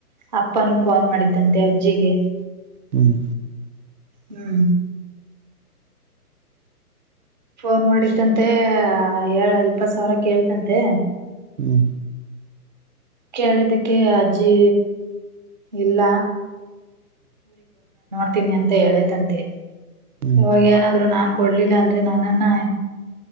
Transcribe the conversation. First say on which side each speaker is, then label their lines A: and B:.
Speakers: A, on the right; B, on the right.
A: ಅಪ್ಪಾನೂ ಫೋನ್ ಮಾಡಿದ್ದಂತೆ ಅಜ್ಜಿಗೆ
B: ಹ್ಮ್
A: ಹ್ಮ್ ಫೋನ್ ಮಾಡತ್ತಂತೆ ಏ ಹಿಪಥು ಸಾವಿರ ಕೇಳ್ತಂತೆ
B: ಹ್ಮ್
A: ಕೇಳಿದಕ್ಕೆ ಅಜ್ಜಿ ಇಲ್ಲ ಹೇಳ್ತೀನಿ ಅಂತ ಹೇಳೇತಂತೆ
B: ಹ್ಮ್
A: ಇವಾಗ ಏನಾದ್ ನಾನ್ ಕೊಡ್ಲಿಲ್ಲ ಅಂದ್ರೆ ನಾನನ್ನ